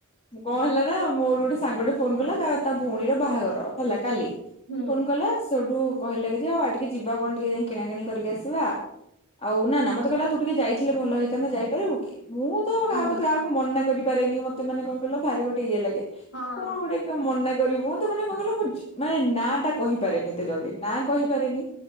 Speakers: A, on the left; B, on the left.
A: ମୁଁ କଣ
B: ହୁଁ
A: ହେଲା ନା ମୋର ଗୋଟେ ସା ସାଙ୍ଗଟେ ଫୋନ କଲା ତା ତା ଭଉଣୀର ବାହାଘର ହେଲା କାଲି
B: ହୁଁ
A: ଫୋନ୍ କାଲା ସେଠୁ ଉ କହିଲେ କି ଯେ ଆଉ ଆଉ ଟିକେ ଯିବା କଣ ଟିକେ ଯାଇ କିଣା କିିଣି କରିକି ଆସିବା ହଉ ନା
B: ହୁଁ
A: ମତେହଲା ତୁ ଟିକେ ଯାଇ ଦେଖେ ଭଲ ହେଇଥାନ୍ତା ଯାଇପାରିଵୁ କି? ମୁଁ ତ
B: ହୁଁ
A: କାହା କ କାକୁ ମନା କରିପାରେନି ମତେ କଣ କିଲ ଭାରି ଗୋଟେ ଏ ଲାଗେ
B: ହଁ
A: କଣ ଗୋଟେ ମନା କରିବ ମୁଁ ତ ମାନେ କଣ କହ ମୁଁ ମାନେ ନାଁ ଟା କହିପାରେନି ତେ ଜଲଦି ନା
B: ହୁଁ
A: କହିପାରେନି